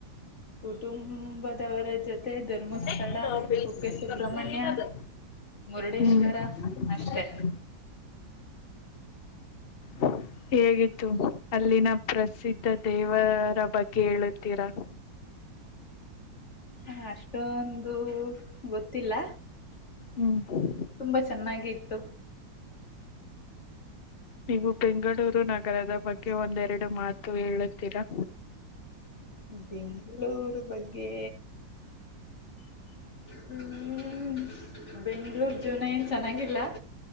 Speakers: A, on the left (about 35°); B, on the left (about 80°).
A: ಕುಟುಂಬದವರ ಜೊತೆ ಧರ್ಮಸ್ಥಳ
B: ವತ <unintelligible> ಪೇ
A: ಕುಕ್ಕೆ ಸುಬ್ರಹ್ಮಣ್ಯ
B: ಕರ್ೂರಿಾದ <unintelligible>
A: ಮುರುಡೇಶ್ವರ
B: ಹ್ಮ್
A: ಅಷ್ಟೆ
B: <inaudible> ಹ <inaudible> ಹೇಗಿತ್ತು ಅಲ್ಲಿನ ಪ್ರಸಿದ್ಧ ದೇವರ ಬಗ್ಗೆ ಹೇಳುತ್ತೀರಾ <inaudible>
A: ಹ ಅಷ್ಟೊಂದು ಗೊತ್ತಿಲ್ಲ
B: ಹ್ಮ್ <inaudible>
A: ತುಂಬಾ ಚೆನ್ನಾಗಿ ಇತ್ತು
B: ನೀವು ಬೆಂಗಳೂರು ನಗರದ ಬಗ್ಗೆ ಒಂದೆರಡು ಮಾತು ಹೇಳುತ್ತೀರಾ
A: ಬೆಂಗಳೂರು ಬಗ್ಗೆ ಹ್ಮ ಬೆಂಗ್ಳೂರ್ ಜೀವನ ಏನ್ ಚೆನ್ನಾಗಿಲ್ಲ